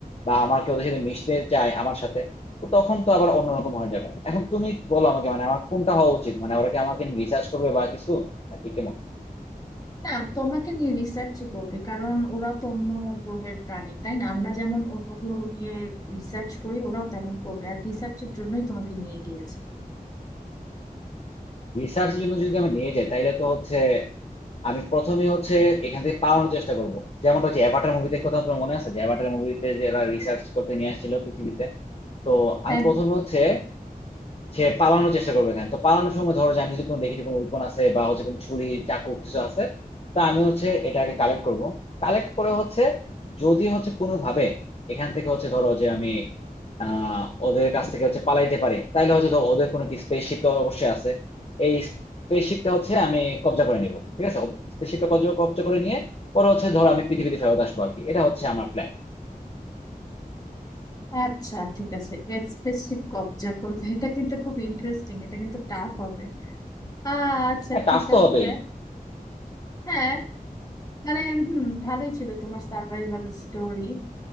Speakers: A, on the left; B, on the left.
A: বা আমাকে ওদের সাথে মিশতে চায় আমার সাথে তো তখন তো আবার অন্যরকম হয়ে যাবে এখন তুমি বলো আমাকে মানে আমার কোনটা হওয়া উচিত মানে ওরা কি আমাকে রিসার্চ করবে বা কিছু নাকি কেমন
B: না তোমাকে নিয়ে রিসার্চই করবে কারণ ওরা তো অন্য গ্রহের প্রাণী তাই না আমরা যেমন অন্য গ্রহ নিয়ে রিসার্চ করি ওরাও তেমন করবে আর রিসার্চের জন্যই তোমাকে নিয়ে গিয়েছে
A: রিসার্চ জন্য যদি আমি নিয়ে যাই তাইলে তো হচ্ছে আমি প্রথমেই হচ্ছে এখান থেকে পালানোর চেষ্টা করব যেমন হচ্ছে অ্যাভাটার মুভিতে কথা আপনার মনে আছে যে অ্যাভাটার মুভিতে যারা রিসার্চ করতে নিয়ে আসছিল পৃথিবীতে তো আমি
B: এক-
A: প্রথমে হচ্ছে সে পালানোর চেষ্টা করবে এখানে তো পালানোর সময় ধরো যে আমি যদি কোনো দেখি যে কোনো উইপন আছে বা হচ্ছে কোনো ছুরি চাকু কিছু আছে তা আমি হচ্ছে এটাকে কালেক্ট করব কালেক্ট করে হচ্ছে যদি হচ্ছে কোনো ভাবে এখান থেকে হচ্ছে ধরো যে আমি আহ ওদের কাছ থেকে হচ্ছে পালাইতে পারি তাইলে হচ্ছে ধরো ওদের কোনো স্পেসশিপ তো অবশ্যই আছে এই স্পেসশিপটা হচ্ছে আমি কবজা করে নিব ঠিক আছে স্পেসশিপটা কবজা কবজা করে নিয়ে পরে হচ্ছে ধরো আমি পৃথিবীতে ফেরত আসবো আর কি এটা হচ্ছে আমার প্ল্যান
B: আচ্ছা ঠিক আছে স্পেসশিপ কবজা করবে এটা কিন্তু খুব ইন্টারেস্টিং এটা কিন্তু টাফ হবে আহ, আচ্ছা
A: হ্যাঁ টাফ
B: ঠিক
A: তো
B: আছে
A: হবেই
B: হ্যাঁ মানে হম ভালোই ছিল তোমার সার্ভাইভাল স্টোরি